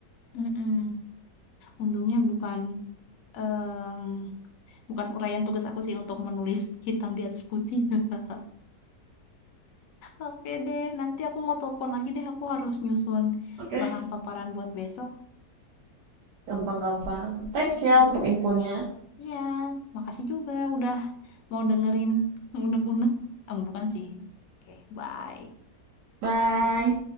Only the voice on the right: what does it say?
Oke,
gampang-gampang. Thanks
ya untuk infonya.
Bye.